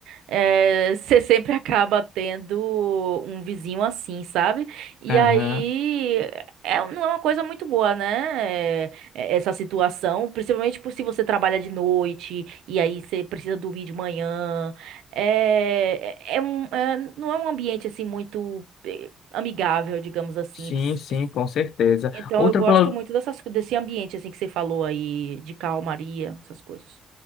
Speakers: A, on the right; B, on the left.
A: É, <laughs> você sempre acaba tendo um vizinho assim, sabe? E
B: Aham.
A: aí, é, não é uma coisa muito boa, né? é, essa situação, principalmente por se você trabalha de noite e aí você precisa dormir de manhã. É, é é um, é- não é um ambiente assim muito eh, amigável, digamos assim.
B: Sim,
A: Ps-
B: sim,
A: ps.
B: com certeza.
A: Então
B: Outra,
A: eu gosto
B: pro-
A: muito dessas, co- desse ambiente assim que você falou aí de calmaria, essas coisas.